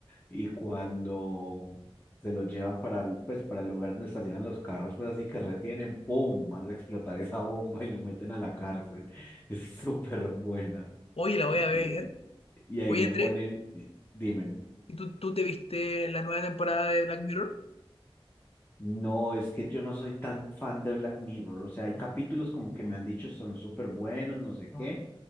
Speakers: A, on the left; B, on the left.
A: y cuando se lo llevan para, el- pues, para el lugar donde estacionan los carros, pues así que retienen, ¡pum! Más de explotar esa bomba y lo meten a la cárcel. <laughs> Es súper buena.
B: Oye, la voy a ver.
A: Y, eh, y ahí
B: Oye,
A: le
B: Andrés,
A: ponen, eh, dime,
B: ¿Y tú, tú te viste la nueva temporada de Black Mirror?
A: no, es que yo no soy tan fan de Black Mirror, o sea, hay capítulos como que me han dicho son súper buenos, no sé qué,